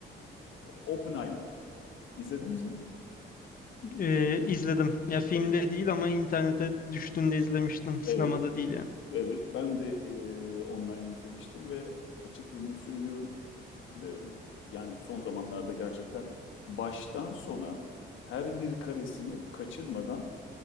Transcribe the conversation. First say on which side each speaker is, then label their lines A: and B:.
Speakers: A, on the left; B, on the left.
A: Oppenheimer. İzlediniz mi?
B: E, izledim. Ya filmde
A: Evet.
B: değil ama internete düştüğünde izlemiştim. Sinemada
A: Evet.
B: değil yani.
A: Evet, ben de e, online izlemiştim ve açık ve net söylüyorum. De, yani son zamanlarda gerçekten baştan sona her bir karesini kaçırmadan